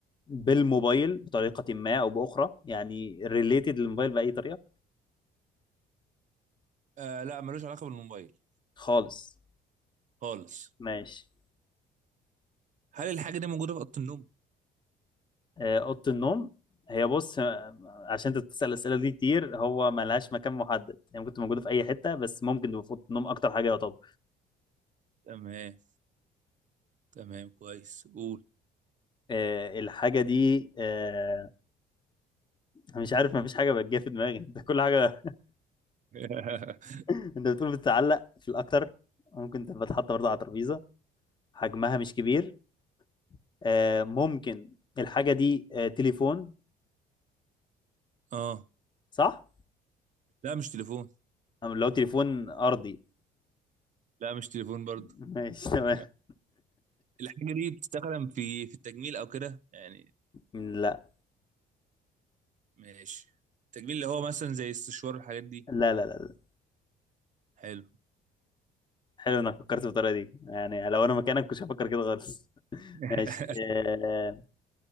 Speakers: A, on the left (about 25°); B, on the right (about 45°).
A: بالموبايل بطريقة ما أو بأخرى يعني ريليتد للموبايل بأي طريقة
B: آه لا ملوش علاقة بالموبايل
A: خالص
B: خالص
A: ماشي
B: هل الحاجة دي موجودة في أوضة النوم؟
A: آه، أوضة النوم هي بص آه، عشان انت بتسأل الأسئلة دي كتير هو ملهاش مكان محدد يعني ممكن تبقى موجودة في أي حتة بس ممكن تبقى في أوضة النوم أكتر حاجة يعتبر
B: تمام تمام كويس قول
A: آه، الحاجة دي آه، أنا مش عارف مفيش حاجة بتجي في دماغي <laughs> ده كل حاجة
B: <laughs>
A: انت بتقول بتتعلق في الاكتر ممكن تبقى اتحط برضه على ترابيزه حجمها مش كبير آه، ممكن الحاجه دي آه، تليفون
B: اه
A: صح
B: لا مش تليفون
A: أم لو تليفون ارضي
B: لا مش تليفون برضه
A: ماشي تمام
B: <laughs>
A: <laughs>
B: الحاجة دي بتستخدم في في التجميل أو كده يعني
A: لا
B: ماشي التجميل اللي هو مثلا زي السشوار والحاجات دي
A: لا لا لا لا.
B: حلو
A: حلو انك فكرت بالطريقه دي يعني لو انا مكانك كنتش هفكر كده خالص <laughs>
B: <laughs>
A: ماشي آه،